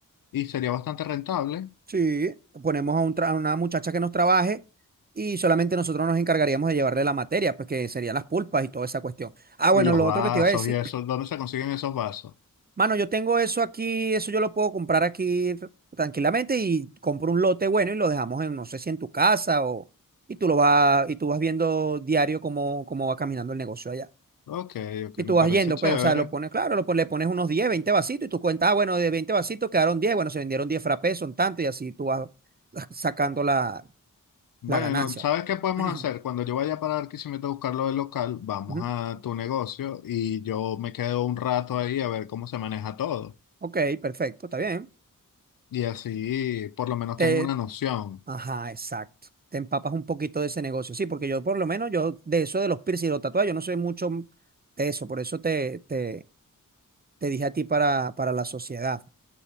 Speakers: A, on the left; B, on the right.
A: y sería bastante rentable.
B: Sí, ponemos a, un tra- a una muchacha que nos trabaje y solamente nosotros nos encargaríamos de llevarle la materia, pues que serían las pulpas y toda esa cuestión. Ah, bueno,
A: Y los
B: lo
A: vasos
B: otro que te iba a decir,
A: y eso, ¿dónde se consiguen esos vasos?
B: <clears throat> mano, yo tengo eso aquí, eso yo lo puedo comprar aquí r- tranquilamente y compro un lote bueno y lo dejamos en, no sé si en tu casa o y tú lo vas y tú vas viendo diario cómo, cómo va caminando el negocio allá.
A: Ok, ok,
B: Y
A: me
B: tú vas
A: parece
B: yendo,
A: chévere.
B: pues, o sea, lo pones, claro, lo, pon- le pones unos 10, 20 vasitos y tú cuentas, ah, bueno, de 20 vasitos quedaron 10, bueno, se vendieron 10 frappés, son tanto y así tú vas <laughs> sacando la
A: Bueno,
B: La ganancia.
A: ¿sabes qué podemos
B: <clears throat>
A: hacer? Cuando yo vaya para Barquisimeto a buscar lo del local, vamos
B: Ujú.
A: a tu negocio y yo me quedo un rato ahí a ver cómo se maneja todo.
B: Ok, perfecto, está bien.
A: Y así por lo menos
B: Te,
A: tengo una noción.
B: ajá, exacto. Te empapas un poquito de ese negocio. Sí, porque yo por lo menos, yo de eso de los piercing, y los tatuajes, yo no soy mucho de eso. Por eso te, te, te dije a ti para, para la sociedad.